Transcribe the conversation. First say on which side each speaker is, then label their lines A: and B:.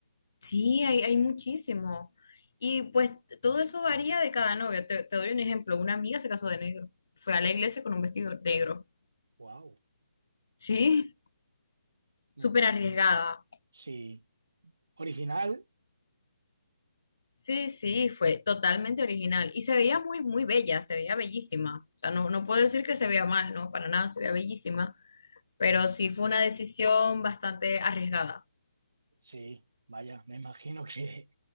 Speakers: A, on the left; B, on the right.
A: Sí, hay, hay muchísimo. Y pues todo eso varía de cada novio. Te, te doy un ejemplo. Una amiga se casó de negro. Fue a la iglesia con un vestido negro.
B: Wow,
A: Sí,
B: me
A: súper
B: parece.
A: arriesgada.
B: <laughs> Sí, original
A: Sí, sí, fue totalmente original y se veía muy, muy bella, se veía bellísima. O sea, no, no puedo decir que se vea mal, no, para nada, se veía bellísima, pero sí fue una decisión bastante arriesgada.
B: Sí, vaya, me imagino que